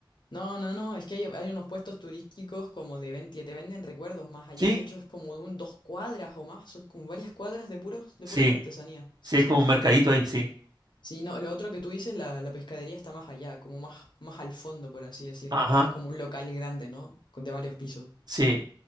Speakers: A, on the left; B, on the right.
A: No, no, no, es que hay, hay unos puestos turísticos como de ven- que te venden recuerdos más allá,
B: ¿Sí?
A: de hecho es como de un dos cuadras o más, son como varias cuadras de puros, de
B: Sí,
A: puras artesanías, sí,
B: sí, hay
A: sí.
B: como un mercadito ahí, sí.
A: Sí, no, lo otro que tú dices, la, la pescadería está más allá, como más, más al fondo, por así decirlo,
B: Ajá,
A: que es como un local grande, ¿no? Con- De varios pisos,
B: sí,